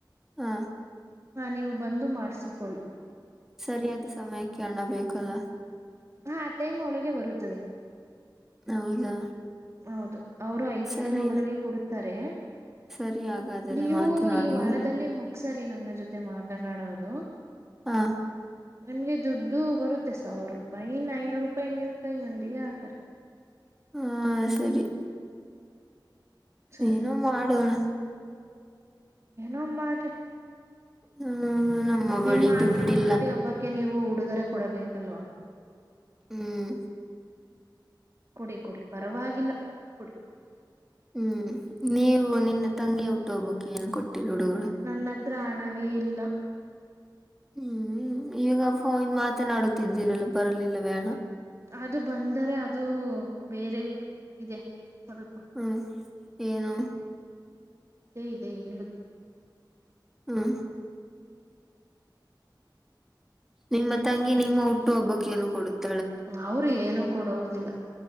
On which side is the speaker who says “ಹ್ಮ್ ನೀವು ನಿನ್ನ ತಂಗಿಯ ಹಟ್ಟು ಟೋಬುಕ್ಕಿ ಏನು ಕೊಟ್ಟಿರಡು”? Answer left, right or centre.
Centre